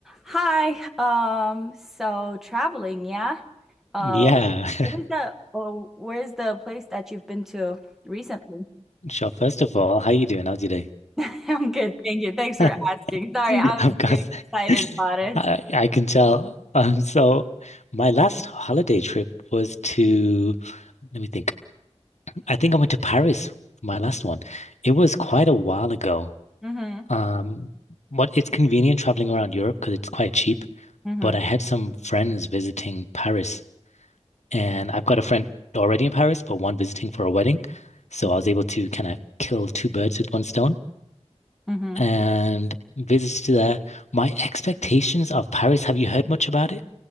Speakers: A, in the centre; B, on the left.
A: Hi. Um, so traveling, yeah. Uh,
B: Yeah. <laughs>
A: what is the oh, where's the place that you've been to recently?
B: Sure. First of all, how you doing? How's your day?
A: <laughs> I'm good, thank you. Thanks for
B: <laughs>
A: asking. Sorry,
B: Yeah,
A: I
B: Of
A: was
B: course.
A: very excited
B: <laughs>
A: about it.
B: I, I can tell. Um, so my last holiday trip was to, let me think. I think I went to Paris, my last one. It was quite a while ago.
A: Mm-hmm.
B: Um, what it's convenient traveling around Europe because it's quite cheap,
A: Mm-hmm.
B: but I had some friends visiting Paris and I've got a friend already in Paris, but one visiting for a wedding. So
A: Mm-hmm.
B: I was able to kind of kill two birds with one stone.
A: mm-hmm.
B: and visits to there. My expectations of Paris, have you heard much about it?